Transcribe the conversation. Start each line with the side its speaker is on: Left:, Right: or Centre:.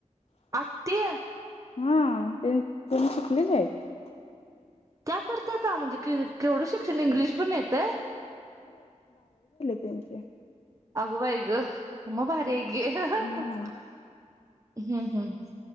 Right: आत्ती?
Left: हम्म ते त्यांनी शिकलेल आहेत.
Right: त्या करत्यात म्हणजे कि केवढं शिक्षण इंग्लिश पण येतंय?
Left: त्यांची
Right: अगो बाई ग मग भारी घे ह
Left: हा
Right: ह